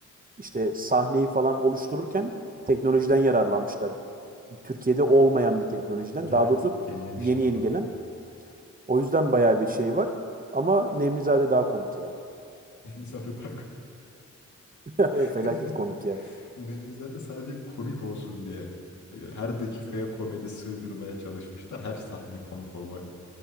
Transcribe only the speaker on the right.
işte sahneyi falan oluştururken teknolojiden yararlanmışlar. Türkiye'de olmayan bir teknolojiden.
Daha doğrusu
yeni
yeni gelen. O yüzden bayağı bir şey var. Ama Nemlizade daha komik ya.
<laughs>
Felaket komik ya.